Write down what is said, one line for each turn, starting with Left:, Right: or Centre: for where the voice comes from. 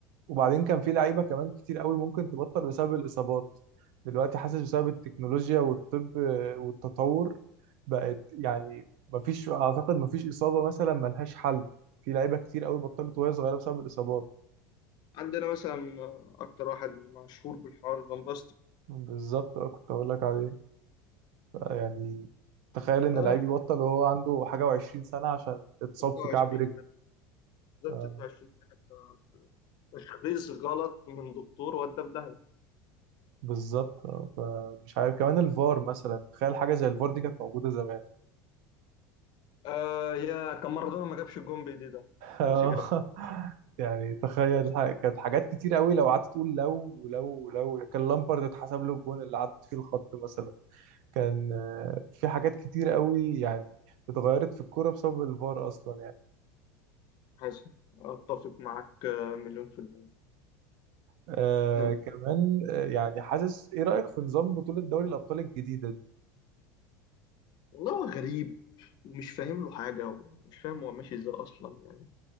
Right: وبعدين كان في لعيبه كمان كتير قوي ممكن تبطل بسبب الاصابات دلوقتي حاسس بسبب التكنولوجيا والطب والتطور بقت يعني مفيش اعتقد مفيش اصابه مثلا ملهاش حل في لعيبه كتير قوي بطلت وهي صغيره بسبب الاصابات
Left: عندنا مثلا اكتر واحد مشهور بالحوار فان باستن
Right: بالظبط اه كنت اقول لك عليه يعني تخيل ان
Left: اه
Right: لعيب يبطل وهو عنده حاجه وعشرين سنه عشان اتصاب
Left: 26
Right: في كعب رجل
Left: بالظبط
Right: آه،
Left: 26 سنه بتاع تشخيص غلط من دكتور ودى في داهيه
Right: بالظبط آه، فمش عارف كمان الفار مثلا تخيل حاجه زي الفار دي كانت موجوده زمان
Left: آه يا كان مارادونا ما جابش الجون بايديه ده ما
Right: آه،
Left: كانش جابه
Right: <laughs> يعني تخيل ح- كانت حاجات كتير قوي لو قعدت تقول لو لو لو كان لامبارد اتحسب له الجون اللي عدت فيه الخط مثلا كان آه، في حاجات كتير قوي يعني اتغيرت في الكوره بسبب الفار اصلا يعني
Left: حسن اتفق معاك آه، مليون في المية
Right: آه
Left: نعم.
Right: كمان آه يعني حاسس ايه رايك في نظام بطوله دوري الابطال الجديده
Left: والله هو غريب ومش فاهم له حاجة ومش فاهم هو ماشي ازاي أصلا يعني